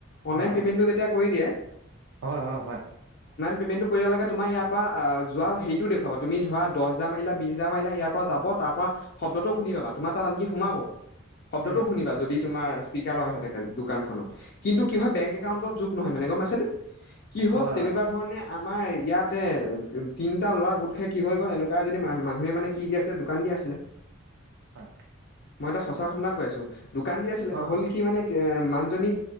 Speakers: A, on the left (about 50°); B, on the right (about 85°).
A: অনলাইন
B: হয়
A: পেমেণ্টটো যেতিয়া কৰি দিয়ে।
B: হয় হয় হয়।
A: পে'মেণ্টো কৰিদিয়া লৈকে তোমাৰ ইয়াৰ পৰা যোৱা হেইটো দেখুৱাব তোমাৰ ধৰা দহ হেজাৰ বিছ হেজাৰ মাৰিলা ইয়াৰ পৰা যাব। তাৰ পৰা শব্দটো শুনি পাবা তুমাৰ তাত আনকি সোমাব। শব্দটো
B: উম
A: শুনিবা, যদি তোমাৰ স্পিকাৰ লগাই থোৱা থাকে দোকানখনত, কিন্তু কিয় হয় বেংক একাউণ্টতো যোগ নহয় মানে, গম পাইছেনে কি হ'ল
B: হয়
A: তেনেকুৱা ধৰণে আমাৰ ইয়াতে তিনিটা ল'ৰা গোট খাই কি হৈ গ'ল, এনেকুৱা এজনী মানুহে মানে কি দি আছিলে দোকান দি আছিলে <inaudible>
B: হয়
A: মই এটা সঁচা ঘটনা কৈ আছো, দোকান দি আছিলে
B: হয়
A: হ'ল কি মানে এ মানুজনীক